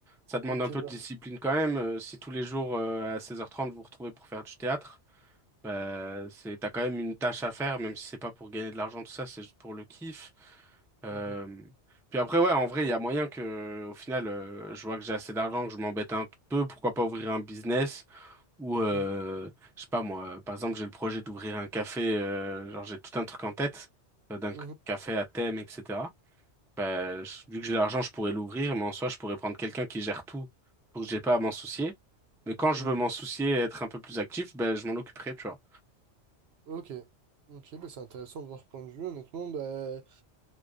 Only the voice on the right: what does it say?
Ok,
bah,
mhm,
mhm,
mhm,
mhm.
Ok, ok, bah, c'est intéressant de voir ce point de vue, honnêtement. Bah,